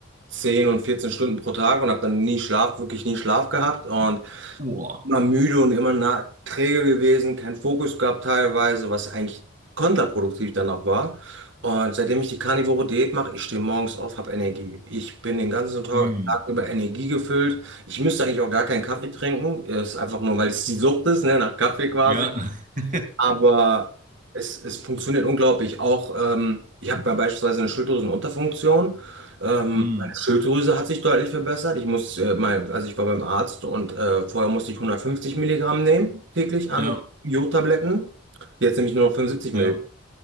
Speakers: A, on the right; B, on the right.
A: 10 und 14 Stunden pro Tag und habe dann nie Schlaf, wirklich nie Schlaf gehabt. Und
B: boah.
A: immer müde und immer na, träge gewesen, keinen Fokus gehabt teilweise, was eigentlich kontraproduktiv dann auch war. Und seitdem ich die Carnivore Diät mache, ich stehe morgens auf, habe Energie. Ich bin den ganzen Tag
B: Mm.
A: Tag über Energie gefüllt. Ich müsste eigentlich auch gar keinen Kaffee trinken. Ist einfach nur, weil es die Sucht ist, ne, nach Kaffee quasi.
B: Ja. <laughs>
A: Aber es, es funktioniert unglaublich. Auch ähm, ich habe ja beispielsweise eine Schilddrüsenunterfunktion. Ähm,
B: mm.
A: meine Schilddrüse hat sich deutlich verbessert. Ich muss, äh, mein, also ich war beim Arzt und äh, vorher musste ich 150 Milligramm nehmen, täglich an
B: Ja,
A: Jodtabletten. Jetzt nehme ich nur noch 75 Milligramm.
B: ja.